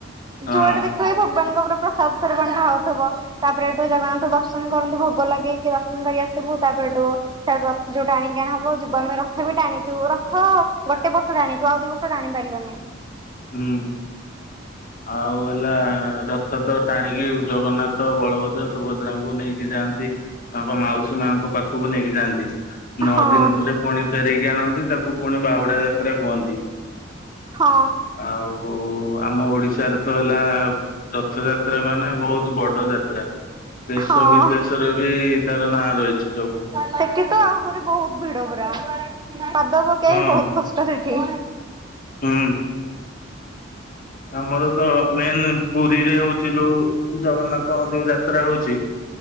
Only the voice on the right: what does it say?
ଯୁଆଡେ ଦେଖିବେ ଭଗବାନଙ୍କ ଉପରେ ପ୍ରସାଦ ସବୁ ବଣ୍ଟା ହଉଥିବ। ତାପରେ ହେଠୁ ଜଗନ୍ନାଥ ଦର୍ଶନ କରନ୍ତି। ଭୋଗ ଲଗେଇକି ଦର୍ଶନ କରି ଆସିବୁ। ତାପରେ ହେଠୁ ସେ ରଥ ଯୋଉ ଟାଣିକି ଆଣା ହବ ଯିବୁ ଆମେ ରଥ ବି ଟାଣିଛୁ। ରଥ ଗୋଟେ ବର୍ଷ ଟାଣିଛୁ। ଆଉ ଦି ବର୍ଷ ଟାଣି ପାରିଲୁନି।
ହଁ।
ହଁ।
ହଁ।
ସେଠି ତ ଆହୁରି ବହୁତ ଭିଡ ପୁରା। ପାଦ ପକେଇ
ବହୁତ କଷ୍ଟ। ଷ୍ଟ ସେଠି।